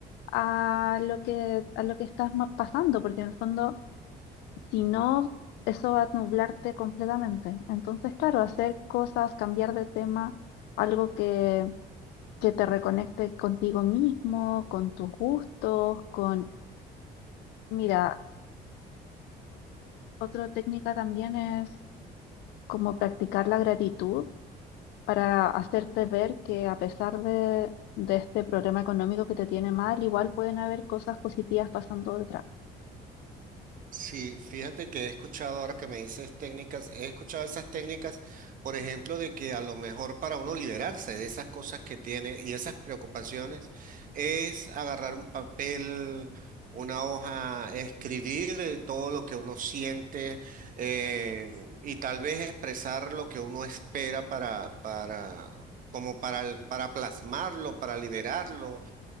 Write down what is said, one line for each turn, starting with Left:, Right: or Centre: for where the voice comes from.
Left: a lo que, a lo que estás ma- pasando, porque en el fondo, si no, eso va a nublarte completamente. Entonces, claro, hacer cosas, cambiar de tema, algo que, que te reconecte contigo mismo, con tus gustos, con... Mira, otra técnica también es como practicar la gratitud para hacerte ver que a pesar de, de este problema económico que te tiene mal, igual pueden haber cosas positivas pasando detrás.
Right: Sí, fíjate que he escuchado ahora que me dices técnicas, he escuchado esas técnicas, por ejemplo, de que a lo mejor para uno liberarse de esas cosas que tiene y esas preocupaciones es agarrar un papel, una hoja, escribir eh, todo lo que uno siente eh, y tal vez expresar lo que uno espera para, para, como para, para plasmarlo, para liberarlo.